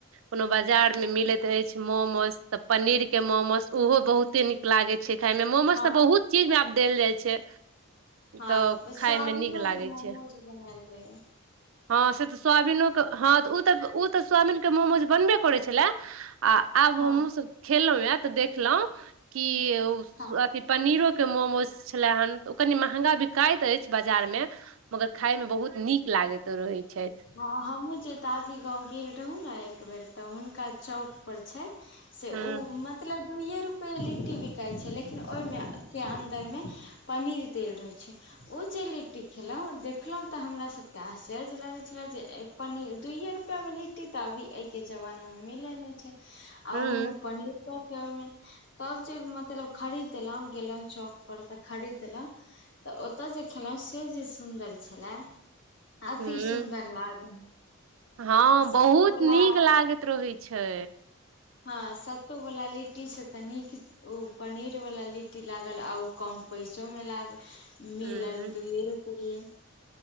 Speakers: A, on the right; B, on the left.
A: कोनो बाजार मे मिलैत रहै छै मोमोस तऽ पनीर के मोमोस उहो बहुते नीक लागे छै खाय मे मोमोज
B: हँ
A: तऽ बहुत चीज मे आब देल जाय छै
B: हँ
A: तऽ
B: स्वाबिनो
A: खाय मे नीक लागे
B: के मोमोज
A: छै
B: बनाएल जाइय
A: हँ से तऽ सोायाबीनो के हँऽ ओ तऽ त स्वाबीन के मोमोज बनबे करै छले आ आब हम
B: हँ
A: सब खेलौ हे तऽ देखलहुँ कि
B: हँ
A: कि पनीरोके मोमोज छलेए हन तऽ ओ कनि महँंगा बिकाइत अछि बाजारमे मगर खाय मे बहुत नीक लागैत रहै छै
B: ह हमहूँ जे दादी गाँंव गेल रहु न एक बेर तऽ हुनका चौक पर छै से
A: हूं
B: ओ मतलब दुइए रुपैए लिट्टी बिकाइ छै लेकिन ओहि के अन्दरमे पनीर देल रहे छै ओ जे लिट्टी खेलौ देखलहुँ तऽ हमरा सबके आश्चर्य लागैत छले जे पनीर दुइए रुपआ मे लिट्टी तऽ अभी एय के जमाना में मिले नहि छै आ
A: हूं
B: ओहो में पनीर चौ ओहिमे तब जे मतलब खरीद देलौ गेलौ चौक पर तऽ खरीदलौ तऽ ओतय जे खेलौ से जे सुन्दर छले अति
A: हूं
B: सुन्दर लागल
A: हँ
B: सत्तू
A: बहुत
B: वला
A: नीक लागैत रहय छै
B: हँ सत्तू वला लिट्टी से तऽ नीक ओ पनीरवला लिट्टी लागल आ ओ कम पैसोमे लागल मिलल
A: हूं
B: दुयए रुपैेये